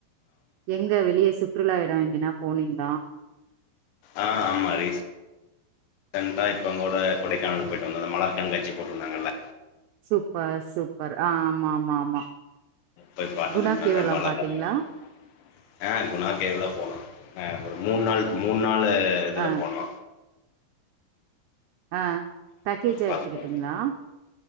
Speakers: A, on the right; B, on the left.
A: எங்க வெளிய சுற்றுலா எடோ எங்கனா போனிங்தா
B: ஆ ஆமா ரீஸ் ஸன்ட்டா இப்ப அங்கோட கொடைக்கானல் போயிட்டு வந்தோ அந்த மலர் கண்காட்சி போட்ருந்தாங்கல்ல
A: சூப்பர் சூப்பர் ஆ ஆமா ஆமா ஆமா
B: போய் பாட்டு
A: குணா
B: வந்தோ
A: கேவெல்லாம்
B: ரொம்ப அழகா
A: பாத்தீங்களா
B: இருந்துஆ குணா கேவ்லா போனோ ஆ ஒரு மூணு நாள் மூண் னாலு இதுல
A: ஆ
B: போனோ
A: ஆ பேக்கேஜா
B: பாத்துட்டு
A: எடுத்துக்கிட்டீங்களா
B: வந்தோம்.